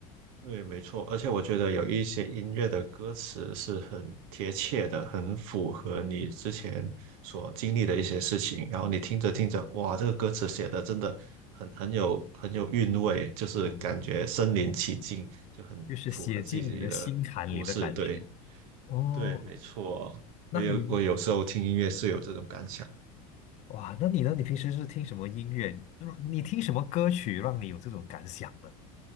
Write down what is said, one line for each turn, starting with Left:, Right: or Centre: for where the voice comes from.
Right: 对，没错，而且我觉得有一些音乐的歌词是很贴切的，很符合你之前所经历的一些事情。然后你听着听着，哇，这个歌词写的真的很很有很有韵味，就是感觉身临其境，
Left: 嗯。
Right: 就很符合自己的故事。
Left: 就是写进你的心坎里的感觉。
Right: 对，
Left: 哦，
Right: 对，没错，
Left: 那你
Right: 我有我有时候听音乐是有这种感想。
Left: 哇，那你呢？你平时是听什么音乐？你听什么歌曲让你有这种感想的？